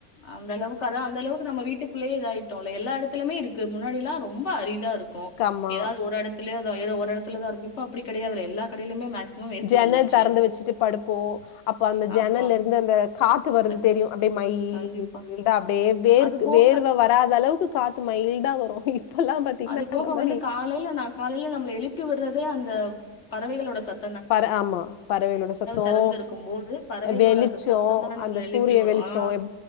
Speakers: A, on the left (about 50°); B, on the left (about 70°).
A: அந்த அளவுக்கு அதான் அந்த அளவுக்கு நம்ம வீட்டுக்குள்ளே இதாயிட்டோம் எல்லா எல்லாமே இருக்கு முன்னாடி எல்லாம் ரொம்ப அரிதா இருக்கு இருக்கும்
B: ஆமா.
A: ஏதாவது ஒரு எடத்துல ஏன்ன ஒரு எடலதான் இருக்கு இப்ப அப்படி கிடையாதுல்ல எல்லா கடையிலுமே மேக்ஸிமம் ஏசி
B: ஜன்னல்
A: வந்துருச்சு.
B: தெறந்து வச்சுட்டு படுப்போம் அப்போ அந்த ஜன்னல்ல
A: ஆமா.
B: இருந்து அந்த காத்து வருது
A: ந
B: தெரியும் அப்படிய
A: கண்டிப்பா.
B: <inaudible> அப்படியே வேர்க
A: அது போக
B: வேர்வை வராத அளவு க்கு காத்து மைல்டா வரும் இப்பல்லாம் பாத்தீங்கன்னா,
A: அது போக
B: அந்த மாரி
A: வந்து காலையில நான் காலையில நம்மள எழுப்பி விடுறதே அந்த பறவைகளோட சத்த
B: பறவை ஆமா பறவைையகளோட சத்தம்
A: தெறந்திருக்கும் போது பறவைகளோட
B: வெளிச்சம்
A: அந்த சத்தம் தான நம்மள
B: அந்த
A: எழுப்பி
B: சூரிய
A: விடும்
B: வெளிச்சம்
A: ஆ